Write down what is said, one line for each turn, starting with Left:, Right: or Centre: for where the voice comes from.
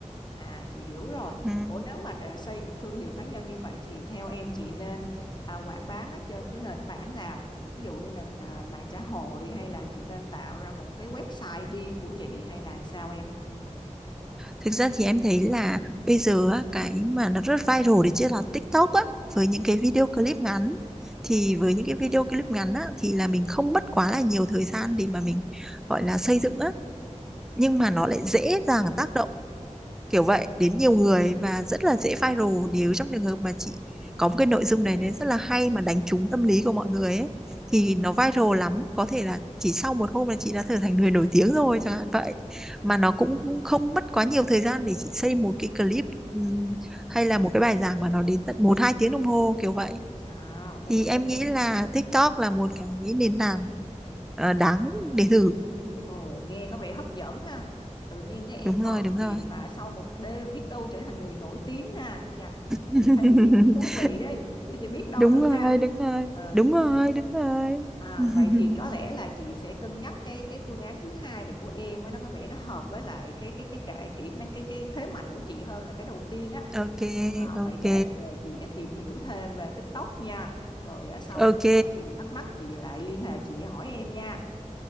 Left: À chị hiểu rồi.
Centre: ừ.
Left: Ủa nếu mà để xây một thương hiệu cá nhân như vậy thì theo em chị nên à, quảng bá nó trên cái nền tảng nào? Ví dụ như nền à, mạng xã hội hay là chị nên tạo ra một cái website riêng của chị hay là làm sao em?
Centre: Thực ra thì em thấy là bây giờ á, cái mà nó rất viral đấy chứ là TikTok á, với những cái video clip ngắn. Thì với những cái video clip ngắn á, thì là mình không mất quá là nhiều thời gian để mà mình gọi là xây dựng á. Nhưng mà nó lại dễ dàng tác động kiểu vậy đến nhiều người và rất là dễ viral nếu trong trường hợp mà chị có một cái nội dung này nó rất là hay mà đánh trúng tâm lý của mọi người ấy thì nó viral lắm có thể là chỉ sau một hôm là chị đã trở thành người nổi tiếng rồi chẳng hạn vậy
Left: Ừ.
Centre: mà nó cũng không mất quá nhiều thời gian để chị xây một cái clip ừm, hay là một cái bài giảng mà nó đến tận một hai tiếng đồng hồ kiểu vậy
Left: À, ồ
Centre: thì em
Left: nghe,
Centre: nghĩ là TikTok là một cái nền tảng ờ, đáng để thử
Left: ồ nghe có vẻ hấp dẫn ha. Tự nhiên cái em
Centre: đúng
Left: nói
Centre: rồi đúng
Left: cái
Centre: rồi
Left: chuyện mà sau một đêm biết đâu trở thành người nổi tiếng ha. Chà,
Centre: <laughs>
Left: chị thấy thì cũng thú vị đấy. Thì biết đâu
Centre: đúng
Left: được
Centre: rồi
Left: ha.
Centre: đúng rồi
Left: Ừ.
Centre: đúng rồi đúng rồi
Left: À,
Centre: <laughs>
Left: vậy thì có lẽ là chị sẽ cân nhắc cái cái phương án thứ hai này của em ấy, nó có vẻ nó hợp với lại cái cái cái cả kỹ năng cái cái thế mạnh của chị hơn là cái đầu tiên á
Centre: ok
Left: à, vậy
Centre: ok
Left: để để chị tìm hiểu thêm về TikTok nha rồi à, sau
Centre: ok
Left: này có gì thắc mắc chị lại liên hệ chị hỏi em nha